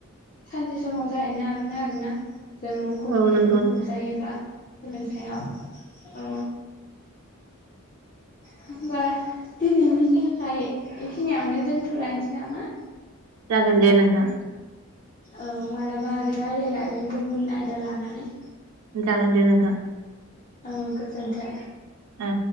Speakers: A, on the left; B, on the right.
A: सानसे समाव जाहैनो हागोन आरोना जों मुखुब
B: औ
A: होय
B: नंगौ
A: मुखुब
B: नोंथां
A: जायोबा हेलौ औ होमबा दिनैनि जे <unintelligible> बेखिनियावनो दोनथ'लायनोसै नामा?
B: जागोन दे नोंथां
A: औ मालाबा आरो‌ रायलायलायो गुबुन आयदा लानानै
B: जागोन दे नोंथां
A: औ गोजोनथो
B: ओ